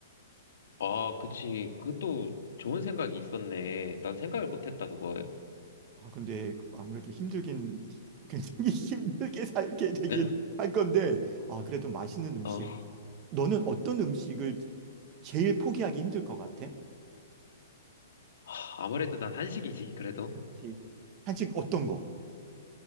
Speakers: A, on the left; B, on the right.
A: 아, 그치. 그것도 좋은 생각이 있었네. 난 생각을 못했다, 그걸. <laughs>
B: 아, 근데 아무래도 힘들긴 <laughs> 굉장히 힘들게 살게 되긴
A: 네.
B: 할 건데 아, 그래도 맛있는 음식.
A: 어,
B: 너는 어떤 음식을 제일 포기하기 힘들 것 같아?
A: 하, 아무래도 난 한식이지, 그래도.
B: 그치. 한식 어떤 거?